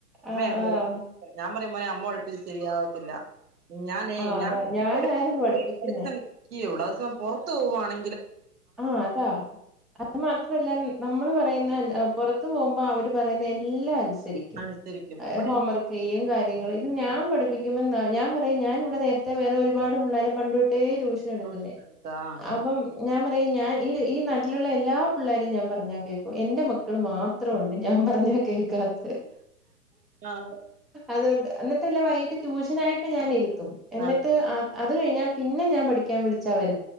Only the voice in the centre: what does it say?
ആഹ്
ആഹ്
ആഹ് അതാ
ഞാനായിരുന്നു പഠിപ്പിക്കുന്നെ
ആഹ് അതാ അത് മാത്രല്ല ഉം നമ്മള് പറയ്ന്നന്നെ ഏ പൊറത്തു പോവുമ്പോ അവര് പറയ്ന്നെ എല്ലാ അന് സരിക്കും
ഏ
ഹോംവർക്കെയ്യും
കാര്യങ്ങള് ഇത് ഞാൻ പഠിപ്പിക്കുമ്പന്നാ ഞാൻ പറയും ഞാനിവിടെ നേരത്തെ വേറെ ഒരുപാട് പുള്ളാരെ പണ്ടൊ ട്ടെ ട്യൂഷനെടുക്കുന്നെ
അപ്പം ഞാൻ പറയും ഞാൻ ഈ ഈ നട്ടിലുള്ള എല്ലാ പിള്ളരും ഞാൻപറഞ്ഞാ കേ എന്റെ മക്കള് മാത്രംഒണ്ട് ഞാൻ പറഞ്ഞ കേൾക്കാത്തെ
അതൊണ്ട് അന്ന്ട്ടില്ലേ വൈട്ട ട്യൂഷനായിട്ട് ഞാൻ ഇ എന്നിട്ട്
അത് കഴിഞ്ഞാ പിന്നെ ഞാൻ പഠിക്കാൻ വിളിച്ച വര